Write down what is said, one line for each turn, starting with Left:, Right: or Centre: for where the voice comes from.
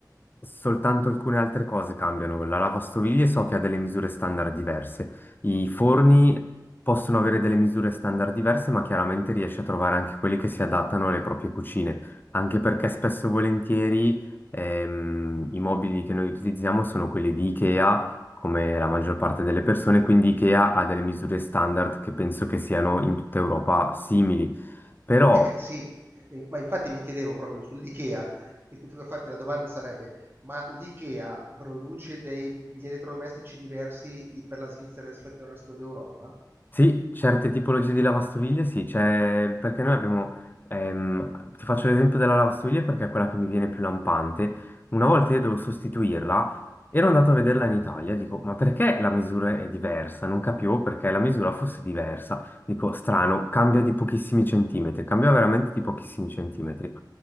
Left: soltanto alcune altre cose cambiano. La lavastoviglie so che ha delle misure standard diverse, i forni possono avere delle misure standard diverse, ma chiaramente riesci a trovare anche quelli che si adattano alle proprie cucine, anche perché spesso e volentieri ehm, i mobili che noi utilizziamo sono quelli di Ikea come la maggior parte delle persone, quindi IKEA ha delle misure standard che penso che siano in tutta Europa simili. Però
Right: Eh sì, eh, ma infatti mi chiedevo proprio sull'IKEA, e- infatti la domanda sarebbe, ma l'IKEA produce degli elettrodomestici diversi i- per la Svizzera rispetto al resto d'Europa?
Left: sì, certe tipologie di lavastoviglie sì, c'è perché noi abbiamo, ehm, ti faccio l'esempio della lavastoviglie perché è quella che mi viene più lampante. Una volta io devo sostituirla, ero andato a vederla in Italia, dico, ma perché la misura è diversa? Non capivo perché la misura fosse diversa. Dico, strano, cambia di pochissimi centimetri, cambia veramente di pochissimi centimetri.